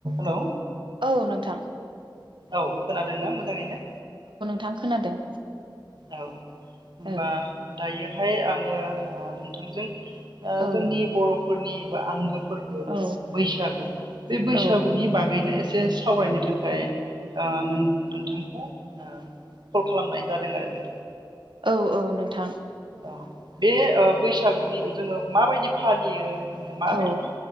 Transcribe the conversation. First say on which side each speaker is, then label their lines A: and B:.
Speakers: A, on the right (about 65°); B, on the right (about 85°).
A: Hello.
B: औ नोंथां।
A: औ खोनादों ना मोजाङैनो?
B: थां खोनादों।
A: औ होनबा
B: औ
A: दायोहाय आंङो ओ नोंथांजों ओ
B: औ
A: जोंनि बर'फोरनि बा आंगो फोरबो
B: औ
A: बैसागु बे बैसागुनि
B: औ
A: बागैनो एसे सावरायनो थाखाय ओ नों-नोंथांखौ ओ कल खालामनाय जादों आरो नों
B: औ औ नोंथां।
A: औ बे अ' बैसागुनि जोङो माबायदि फालियो जोङो माबायदि
B: औ
A: फा